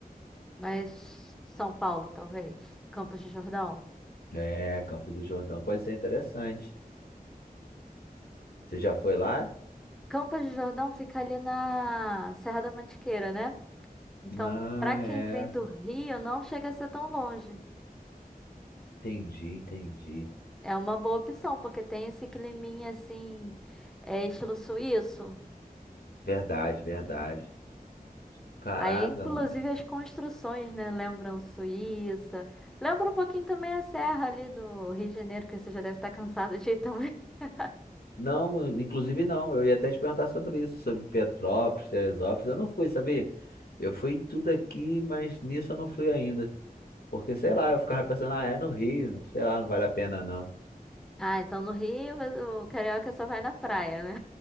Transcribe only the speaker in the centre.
Mas São Paulo, talvez, Campos de Jordão.
Campos de Jordão fica ali na Serra da Mantiqueira, né? Então,
pra quem
vem do Rio, não chega a ser tão longe.
É uma boa opção, porque tem esse climinha assim, é, estilo suíço.
Aí, inclusive,
as construções, né? Lembram Suíça. Lembra um pouquinho também a serra ali do Rio de Janeiro, que você já deve estar cansado de ir também. <laughs>
Ah, então no Rio, mas o carioca só vai na praia, né?